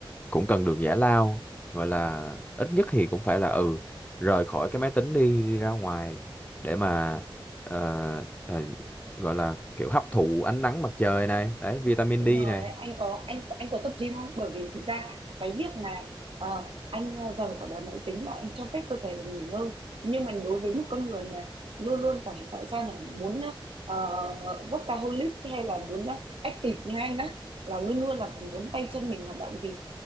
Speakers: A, on the left (about 15°); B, on the right (about 75°).
A: cũng cần được giải lao gọi là ít nhất thì cũng phải là ừ rời khỏi cái máy tính đi đi ra ngoài để mà ờ, ờ, gọi là kiểu hấp thụ ánh nắng mặt trời này đấy vitamin
B: đúng
A: D
B: rồi
A: này
B: anh có anh anh có tập gym không bởi vì thực ra cái việc mà ờ, anh ờ, rời khỏi bàn máy tính và anh cho phép cơ thể được nghỉ ngơi nhưng mà đối với một con người mà luôn luôn phải gọi sao nhỉ muốn ờ, workaholic hay là muốn ờ, active như anh đó là luôn luôn là phải muốn tay chân mình hoạt động thì